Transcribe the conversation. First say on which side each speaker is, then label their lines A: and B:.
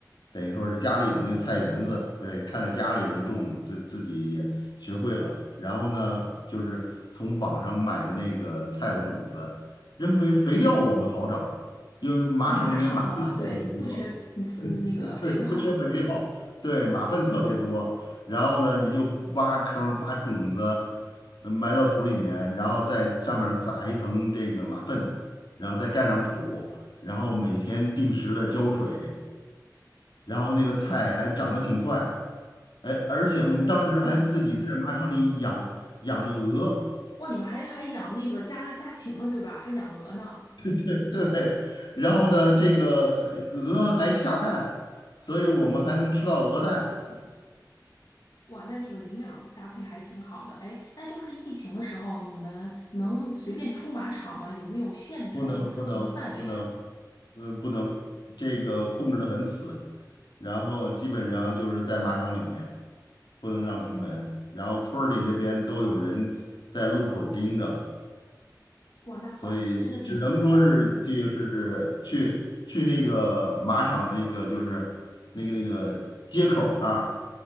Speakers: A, on the left (about 85°); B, on the left (about 65°).
A: 等于说是家里有那个菜园子，对，看着家里人种，自自己也学会了。然后呢，就是从网上买的那个菜的种子，认为肥料我们好找，因为马场里面马粪特别多，
B: 你马场嘛，对，你们不缺嗯嗯那个肥料。
A: 对，不缺肥料，对，马粪特别多。然后呢，你就挖坑儿，把种子呃埋到土里面，然后在上面儿撒一层这个马粪，然后再盖上土，然后每天定时的浇水，然后那个菜还长得挺快。哎，而且我们当时还自己在马场里养养了鹅，
B: 哦，哇，你们还还养那个家家禽了，对吧？还养鹅呢。
A: <laughs> 对，然后呢，这个还鹅还下蛋，所以我们还能吃到鹅蛋。
B: 哇，那那个营养搭配还挺好的。哎，那就是疫情的时候，你们能随便出马场吗？有没有限制，
A: 不能不能不能，
B: 就是出行的范围呀？
A: 嗯，不能，这个控制的很死，然后基本上就是在马场里面不能让出门，然后村儿里那边都有人在路口儿盯着，
B: 哇，那管的真的挺严的。
A: 所以只能说是就是去去那个马场的那个就是那个那个街口儿那儿，